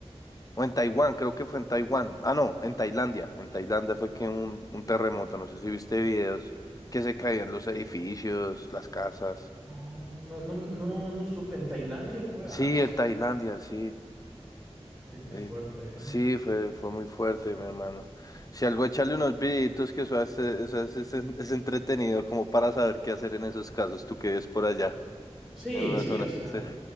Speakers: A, on the left; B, in the centre.
A: O en Taiwán, creo que fue en Taiwán. Ah, no, en Tailandia. En Tailandia fue que un, un terremoto, no sé si viste videos que se caían los edificios, las casas.
B: No, no, no, no, no supe, en Tailandia fue.
A: Sí,
B: ah,
A: en Tailandia, sí.
B: Qué, qué
A: Eh,
B: fuerte,
A: sí,
B: ¿eh?
A: fue, fue muy fuerte, mi hermano. Si algo, echarle unos videitos que eso hace, eso hace- es, es entretenido como para saber qué hacer en esos casos, tú que vives por allá,
B: Sí,
A: en una
B: sí,
A: zona.
B: o sea.
A: Sí,